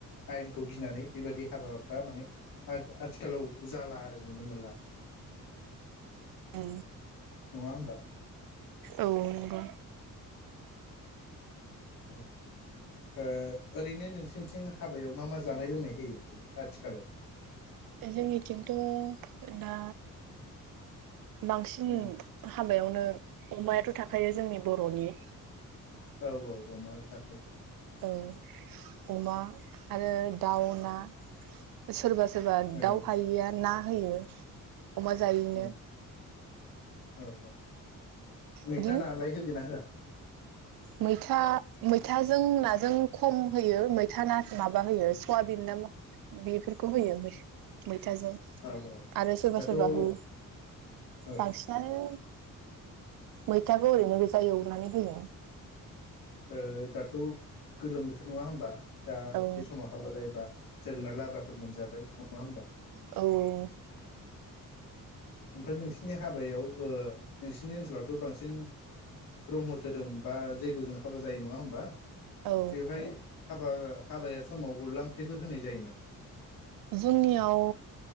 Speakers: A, on the left; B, on the right.
A: आयेनखौ गिनानै बेबायदि हाबाफ्रा माने आथ आथिखालाव जाला आरो नुनो मोनला
B: औ
A: नङा होमबा
B: औ नंगौ
A: उम ओ ओरैनो नोंसिनथिं हाबायाव मा मा ज जानाय लोंनाय होयो ओरैनो आथिखालाव
B: जोंनिथिंथ ना बांसिन
A: औ
B: <unintelligible> हाबायावनो अमायाथ थाखायो जोंनि बरनि
A: औ औ अमाया थाखायो
B: औ अमा आरो दाउ ना सोरबा सोरबा
A: औ
B: दाउ हायैया ना होयो अमा जायो
A: औ औ औ मैथा
B: बिदिनो
A: नालाय होगोना होआ
B: मैथा मैथाजों नाजों खम होयो मैथा ना माबा होयो सवाबिन ना बेफोरखौ होयो मैथ मैथाजों
A: औ औ
B: आरो सोरबा
A: दाथ'
B: सोरबा
A: औ
B: हु
A: ओ
B: बांसिनानो मैथाखौ ओरैनो गोजा एवनानै होयो
A: ओ दाथ गोलोम बोथोर नङा होमबा दा
B: औ
A: बे समाव हाबा जायोबा जोगोनार लाब्राफोर मोनजाबाय नङा होमबा
B: औ
A: ओमफ्राय नोंसिनि हाबायाव ओ नोंसिनि ओनसोलावथ' बांसिन ब्रह्म धोरोम बा जैग' जोंहा हाबा जायो नङा होमबा
B: औ
A: बेवहाय हाबा हाबाया समाव अनला ओंख्रिफोर होनाय जायो नामा
B: जोंनियाव